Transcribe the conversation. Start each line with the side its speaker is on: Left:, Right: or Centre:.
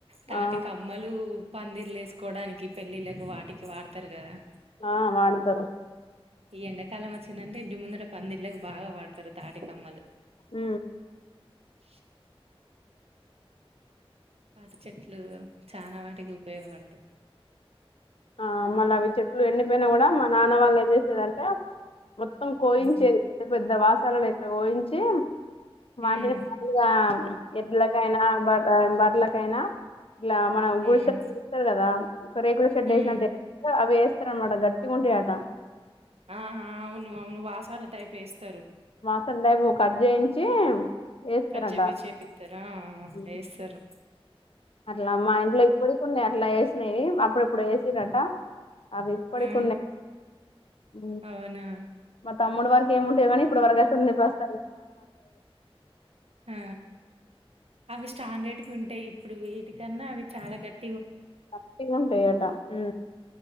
Right: తాటి
Left: ఆ
Right: కమ్మలు పందిర్లు వేసుకోవడానికి పెళ్ళిళ్ళలకు వాటికి వాడతారు గదా
Left: ఆ వాడుతరు
Right: ఈ ఎండాకాలం వచ్చిందంటే ఇంటి ముందుట పందిళ్ళలకు బాగా వాడతారు తాటికమ్మలు
Left: ఊ
Right: ష్ తాటి చెట్లు చాలా వాటికి ఉపయోగపడతాయి
Left: ఆ మళ్ళీ అవి చెట్లు ఎండి పోయినా కూడా మా నాన్న వాళ్ళు ఏం చేసేదంటే మొత్తం కోయిించేది
Right: హ్మ్
Left: పెద్ద పెద్ద వాస్ సరేలెక్క ఊయించి
Right: హ్మ్
Left: <unintelligible> ఎడ్లకైనా బ బర్లకైనా ఇట్లా మనం
Right: హ్మ్
Left: గుడిసే చేస్తాడు కదా కరే షడ్
Right: హ్మ్
Left: ఏసినట్టు అవి ఇతర మట గట్టిగా ఉంటాయట
Right: ఆహా అవును అవును వాసాల టైప్ వేస్తారు
Left: మా సందు ఆయమ్మ కానీ చేయించి వేస్తారట
Right: కర్జేపి చేపిత్తారా
Left: ఉమ్.
Right: వేస్తారు
Left: అట్లా మా ఇంట్లో ఇప్పటికి ఉండే అట్లా వే నవి అప్పుడు ఎప్పుడో ఏసిరట అవి ఇప్పటికి
Right: ఆ
Left: ఉన్నాయి ఉ
Right: అవునా
Left: మా తమ్ముడి వారికి ఏముంటేది కాని ప్పు వరగా <unintelligible>
Right: ఆ అవి స్టాండర్డ్ కి ఉంటయి ఇప్పుడు వీటి కన్నా అవి చాలా గట్
Left: గట్టిగా ఉంటాయట ఉ